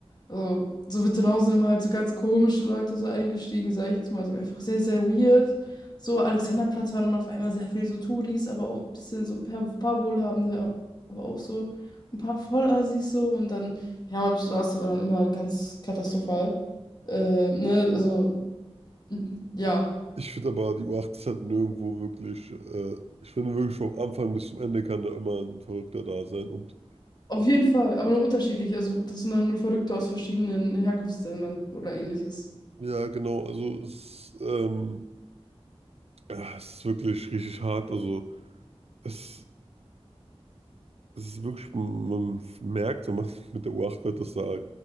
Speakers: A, on the left; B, on the right.
A: also, so Wittenhausen haben halt so ganz komische Leute so eingestiegen, sage ich jetzt mal. Also einfach sehr, sehr weird. So, Alexanderplatz war dann auf einmal sehr viel so Touris, aber auch ein bisschen so paar, paar Wohlhabende, aber auch so ein paar Vollassis so. Und dann Hermannstraße war dann immer ganz katastrophal. Äh, ne, also, mm, ja,
B: Ich finde aber, die U8 ist halt nirgendwo wirklich, äh, ich finde wirklich vom Anfang bis zum Ende kann da immer ein Verrückter da sein. Und
A: auf jeden Fall, aber nur unterschiedlich. Also, das sind dann nur Verrückte aus verschiedenen Herkunftsländern oder ähnliches.
B: ja, genau, also es, ähm, ja, es ist wirklich richtig hart. Also es es ist wirklich, man merkt, wenn man mit der U8 fährt, dass da